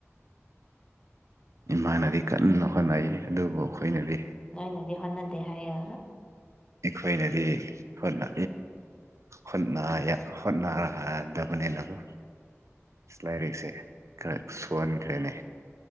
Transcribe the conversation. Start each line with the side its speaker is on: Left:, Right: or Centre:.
Right: ꯏꯃꯥꯅꯗꯤ ꯀꯟꯅ ꯍꯣꯠꯅꯩ ꯑꯗꯨꯕꯨ ꯑꯩꯈꯣꯏꯅꯗꯤ
Left: ꯅꯣꯏꯅꯗꯤ ꯍꯣꯠꯅꯗꯦ ꯍꯥꯏꯌꯦ
Right: ꯑꯩꯈꯣꯏꯅꯗꯤ ꯍꯣꯠꯅꯥ ꯍꯣꯠꯅ ꯍꯣꯠꯅꯗꯕꯅꯦꯅ ꯗꯨ ꯂꯥꯏꯔꯤꯛꯁꯦ ꯈꯔ ꯁꯣꯟꯈ꯭ꯔꯦꯅꯦ